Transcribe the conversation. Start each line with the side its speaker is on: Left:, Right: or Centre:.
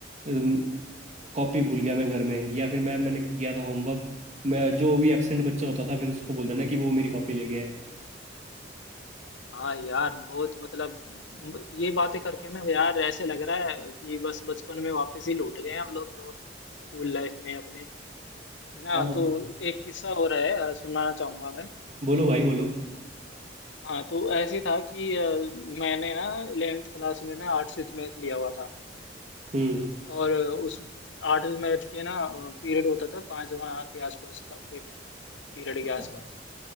Right: अम, कॉपी भूल गया मैं घर में या फिर मैम मैंने किया था होमवर्क मैं जो भी एब्सेंट बच्चा होता था फिर उसको बोल देना कि वो मेरी कॉपी ले गया है
Left: हाँ यार बहुत मतलब ये बातें करके ना यार ऐसे लग रहा है कि बस बचपन में वापस ही लौट गए हम लोग तो स्कूल लाइफ में अपने है ना
Right: हाँ
Left: तो एक किस्सा हो रहा है अ, सुनाना चाहूंगा मैं
Right: बोलो भाई बोलो
Left: हाँ तो ऐसे था कि अ, मैंने ना इलेवेंथ क्लास में ना आर्ट्स विथ मैथ लिया हुआ था
Right: हम्म
Left: और उस आठ मैथ के ना पीरियड होता था पांचवा के आसपास फिफ्थ पीरियड
Right: अच्छा
Left: के आसपास